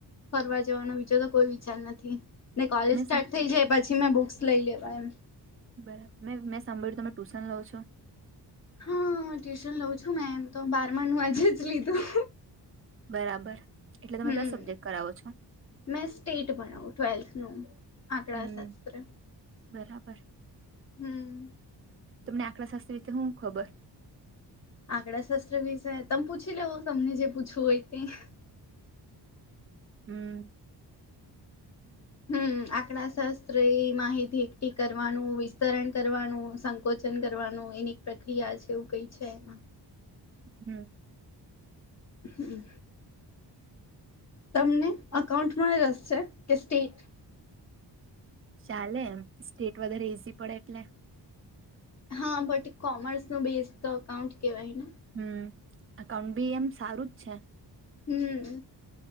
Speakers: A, on the left; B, on the right.
A: ફરવા જવાનો વિીચાર તો કોઈ વિચાર નથી ને કોલેજ
B: મેં
A: સ્ટાર્ટ થઈ જાય પછી મેં બુક્સ લઈ લેવા એમ
B: બરાબર મે મેં સાંભળ્યું તમે ટ્યુશન લાવ છો
A: હા ટ્યુશન લઉ છું મેમ તો બારમા નું આજે જ લીધું
B: બરાબર એટલે
A: હમ
B: તમે કઈ સબ્જેક્ટ કરાવો છો
A: મેં સ્ટેટ બણું ટ્વેલ્થનું આંકડા
B: હમ
A: શાસ્ત્ર
B: બરાબર
A: હમ
B: તમને આંકડા શાસ્ત્ર રીતે હું ખબર
A: આંકડા શસ્ત્ર વિષ તમે પૂછી લવ તમને જે પૂછવું હોય તે <unintelligible>
B: હમ
A: હમ આકડા શાસ્ત્ર માહિતી એકઠી કરવાનું વિસ્તરણ કરવાનું સંકોચ કરવાનું એની પ્રક્રિયા છે એવું કઈ છે એમાં
B: હમ
A: હમ તમને અકાઉન્ટમાં રસ છે કે સ્ટેટ
B: ચાલે એમ સ્ટેટ વધારે ઈઝી પડે એટલે
A: હા બટ કોમર્સ નો બેઝ તો અકાઉન્ટ કેવાય ને
B: હમ અાઉન્ટ બી એમ સારું જ છે
A: હમ